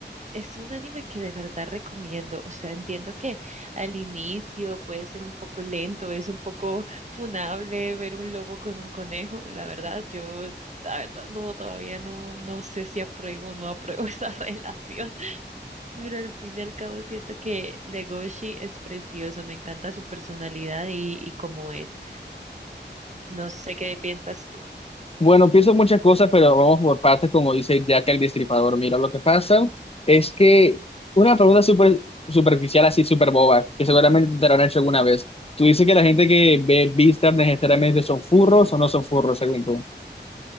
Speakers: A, on the right; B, on the left.
A: es un anime que de verdad recomiendo. O sea, entiendo que al inicio puede ser un poco lento, es un poco funable ver un lobo con un conejo. La verdad, yo, la verdad, no, todavía no, no sé si apruebo o no apruebo <laughs> esa relación. Pero al fin y al cabo siento que Legoshi es precioso, me encanta su personalidad y, y cómo es. No sé qué piensas tú.
B: Bueno, pienso muchas cosas, pero vamos por partes, como dice Jack el Destripador. Mira, lo que pasa es que una pregunta súper superficial, así súper boba, que seguramente te la han hecho alguna vez. Tú dices que la gente que ve vistas necesariamente son furros o no son furros, según tú.